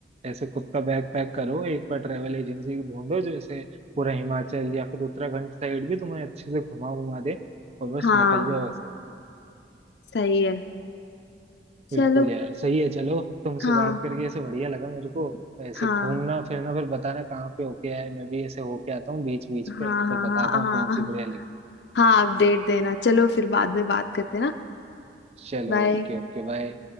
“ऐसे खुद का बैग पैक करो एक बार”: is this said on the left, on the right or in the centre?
Right